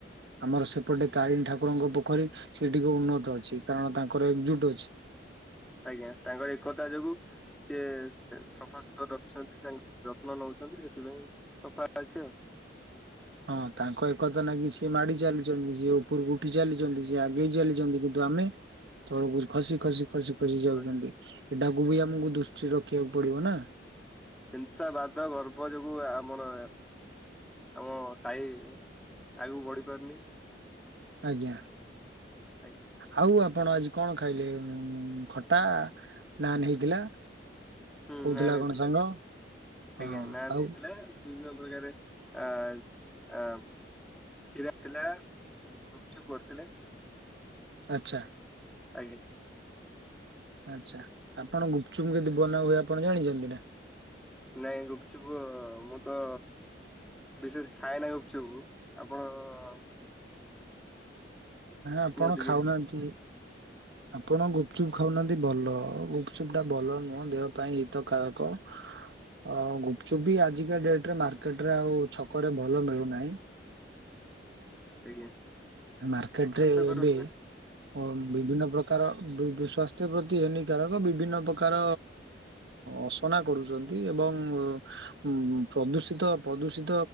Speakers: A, on the right; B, in the centre.
A: ଆମର ସେପଟେ ତାରିଣୀ ଠାକୁରଙ୍କ ପୋଖରୀ ସେ ଟିକେ ଉନ୍ନତ ଅଛି କାରଣ ତାଙ୍କର ଏକଜୁଟ। ଅଛି।
B: ଆଜ୍ଞା ତାଙ୍କର ଏକତା ଯୋଗୁ ସିଏ ସଫା ସୁତୁରା ରଖିଛନ୍ତି ତାଙ୍କର ଯତ୍ନ ନଉଛନ୍ତି ସେଥିପାଇଁ ସଫା ଅଛି ଆଉ।
A: ହଁ ତାଙ୍କ ଏ କଥା ନା କିି ସେ ମାଡି ଚାଲିଛନ୍ତି ସିଏ ଉପରକୁ ଉଠି ଚାଲିଛନ୍ତି ସିଏ ଆଗେଇ ଚାଲିଛନ୍ତି କିନ୍ତୁ ଆମେ ତଳକୁ ଖସି ଖସି। ଖସି ଖସି
B: ଆଉ।
A: ଯାଉଛନ୍ତି ଏଟା ଆଗକୁ ବି ଆମକୁ ଦୃଷ୍ଟି ରଖିବାକୁ ପଡିବ ନା।
B: ହିଂସା ବାଦ ଗର୍ବ ଯୋଗୁ ଆ ଆମର ଆମ ସାହି ଆଗକୁ ବଢି ପାରୁନି।
A: ଆଜ୍ଞା।
B: ଆଜ୍ଞା
A: ଆଉ ଆ ଆପଣ ଆଜି କଣ ଖାଇଲେ ଖଟା ନାନ୍ ହେଇଥିଲା।
B: ହୁଁ
A: କହୁଥିଲା
B: ନାନ ହେଇଥିଲା
A: କଣ ସାଙ୍ଗ
B: ଆଜ୍ଞା
A: ହଁ
B: ଆଜ୍ଞା ନାନ
A: ଆଉ
B: ହେଇଥିଲା ବିଭି ପ୍ରକାରେ ଆ ଆ କ୍ଷୀର ଥିଲା ଗୁପଚୁପ କରିଥିଲେ।
A: ଆଚ୍ଛା।
B: ଆଜ୍ଞା।
A: ଆଚ୍ଛା ଆପଣ ଗୁପଚୁପ କେମିତି ବନା ହୁଏ ଆପଣ ଜାଣିଛନ୍ତି ନା।
B: ନାଇଁ ଗୁପଚୁପ ମୁଁ ତ ବିଶେଷ ଖାଏ ନାହିଁ ଗୁପଚୁପୁ ଆପଣ ଅଁ
A: ହାଁ ଆପଣ
B: ଟିକେ
A: ଖାଉନାହାନ୍ତି। ଆପଣ ଗୁପଚୁପ୍ ଖାଉନାହାନ୍ତି ଭଲ ଗୁପଚୁପ୍ ଟା ଭଲ ନୁହଁ ଦେହ ପାଇଁ ହିତକାରକ ଆଉ ଗୁପଚୁପ୍ ବି ଆଜିକା ଡେଟରେ ମାର୍କେଟ ରେ ଆଉ ଛକରେ ଭଲ ମିଳୁନାହିଁ।
B: ଆଜ୍ଞା।
A: ମାର୍କେଟ
B: ସ୍ୱାସ୍ଥ୍ୟକର
A: ରେ ଏବେ
B: ନୁହେଁ
A: ଅ ବିଭିନ୍ନ ପ୍ରକାର। କାର ବି ବ ସ୍ୱାସ୍ଥ୍ୟ ପ୍ରତି ହାନିକାରକ ବିଭିନ୍ନ ପ୍ରକାର ଅସନା କରୁଛନ୍ତି ଏବଂ ଉଁ ପ୍ରଦୂଷିତ ପ୍ରଦୂଷିତ